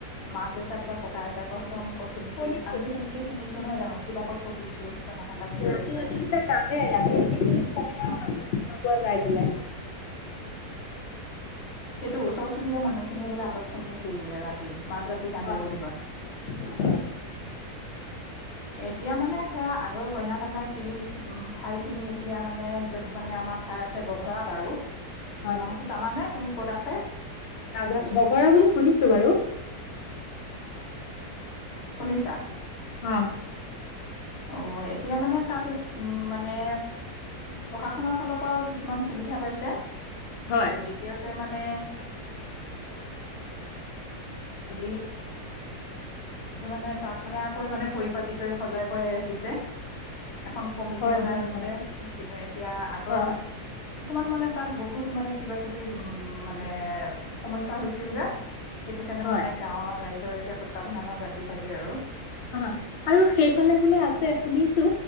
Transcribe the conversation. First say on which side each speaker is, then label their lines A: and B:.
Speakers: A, on the left; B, on the left.
A: মাক দেউতাক বা ককা আইতাকৰহতৰ মু ত শুনিছিল
B: শুনিছো
A: আমিও তেনেকে শুনিছো নহয় জানো কিতাপত পঢ়িছো কনাকান্তা খেলুৱৰ
B: ৰাতি
A: বিষয়ে।
B: ৰাতি বোলে কান্দে ৰাতি ৰাতি বোলে কইনা
A: অ
B: কান্দো নোপোৱা যায় বোলে
A: সেইটো ওচৰ চুবুৰীয়া মানুহখিনিয়ে বোলে আগত শুনিছিল বোলে ৰাতি মাজ ৰাতি কান্দে
B: হয়
A: বুলি কয়
B: হয়
A: এতিয়া মানে ধৰা আগৰ কইনাকান্ন্দা শিল ঠাই খিনি এতিয়া মানে য'ত মানে আমাৰ াই আছে বঘৰাত আৰু
B: হয় হয়
A: নামতটো
B: হয়
A: জানানে তুমি ক'ত আছে
B: নাজানো বগৰা বুলি শুনিছো বাৰু।
A: <unintelligible>
B: হ
A: অ এতিয়া মানে তাত উ মানে পঢ়া শুনাৰ ফালৰ পৰাও কিছুমান সুবিধা পাইছে
B: হয়
A: আৰু দ্বিতীয়তে মানে। <inaudible> মানে কনিয়াকৈ মানে পৰিপতি কৰি সজাই পৰাই ৰাখিছে এখন কমিটি
B: হয়
A: বনাই
B: হয়
A: লৈছে
B: হয়
A: এতিয়া আগৰ
B: হয়
A: কিছুমান মানে তাত বহুত মানে কিবা কিবি উ মানে সমস্যা হৈছিল যে সেইটো কাৰণে
B: হয়
A: মানে গাঁৱৰ ৰাই জৰ এতিয়া তত ভনানত ৰাখি থাকে আৰু
B: অ আৰু সেইফালে বোলে আছে শুনিছো